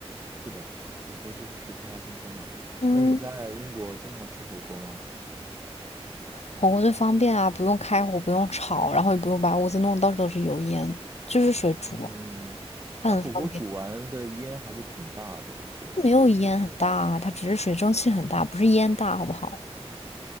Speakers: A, on the right; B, on the left.
A: 是的，火锅就是食材要新鲜嘛。
B: 嗯，
A: 那你在英国经常吃火锅吗？
B: 火锅最方便啊，不用开火，不用炒，然后也不用把屋子弄得到处都是油烟，就是水煮啊
A: 嗯，
B: 它很方便。
A: 但火锅煮完的烟还是挺大的，我觉得，
B: 它没有烟很大啊，
A: 你觉得呢？
B: 它只是水蒸气很大，不是烟大，好不好？